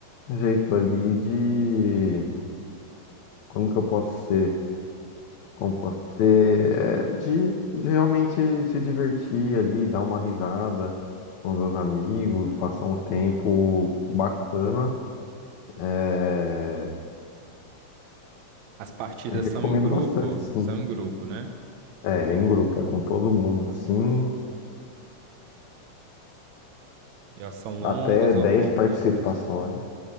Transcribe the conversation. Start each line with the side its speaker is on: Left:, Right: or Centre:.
Left: jeito ali de. Como que eu posso ser? Como posso ser é, de de realmente se divertir ali, dar uma risada com meus amigos, passar um tempo bacana. É,
Right: As partidas
Left: eu recomendo
Right: são em grupo,
Left: bastante, assim,
Right: são em grupo, né?
Left: é, em grupo, é com todo mundo, assim,
Right: E elas são longas
Left: até 10
Right: ou, ou
Left: participações.
Right: curtas.